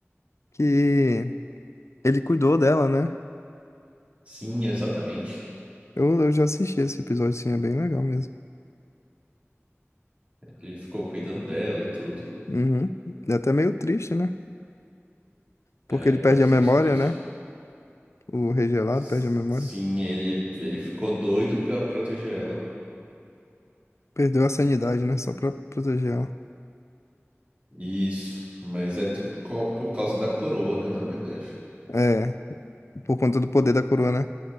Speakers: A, on the left; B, on the right.
A: Que ele cuidou dela, né?
B: Sim, exatamente.
A: Eu, eu já assisti esse episódio, sim, é bem legal mesmo.
B: Ele ficou cuidando dela e tudo.
A: Uhum. É até meio triste, né? Porque
B: É
A: ele
B: bastante
A: perde a memória,
B: triste.
A: né? O Rei Gelado
B: S-
A: perde a memória.
B: Sim, ele, ele ficou doido pra proteger ela.
A: Perdeu a sanidade, né? Só pra proteger ela.
B: Isso, mas é tudo por cau- por causa da coroa, né, na verdade.
A: É, por conta do poder da coroa, né?